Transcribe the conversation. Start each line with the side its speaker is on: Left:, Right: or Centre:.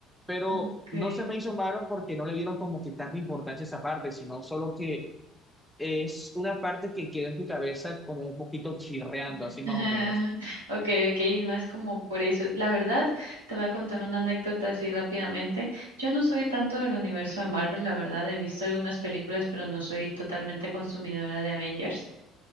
Centre: pero
Right: Okay.
Centre: no se me hizo malo porque no le dieron como que tanta importancia a esa parte, sino solo que es una parte que queda en tu cabeza como un poquito chirreando,
Right: <laughs>
Centre: así más o menos.
Right: Okay, okay, es más como por eso. La verdad, te voy a contar una anécdota así rápidamente. Yo no soy tanto del universo de Marvel, la verdad, he visto algunas películas, pero no soy totalmente consumidora de Avengers.